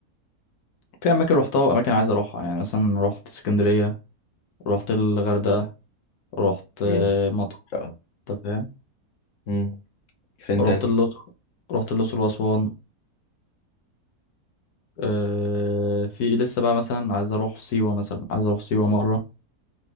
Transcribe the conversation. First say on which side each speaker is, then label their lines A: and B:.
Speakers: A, on the left (about 80°); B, on the left (about 60°).
A: في اماكن روحتها واماكن عايز اروحها يعني مثلا رحت اسكندريه رحت الغردقه رحت آه،
B: مين
A: مطروح
B: شقة
A: أنت فاهم
B: امم فين
A: رحت
B: تاني
A: الاقصر رحت الاقصر واسوان آه، في لسه بقى مثلا عايز اروح سيوه مثلا عايز اروح سيوه مره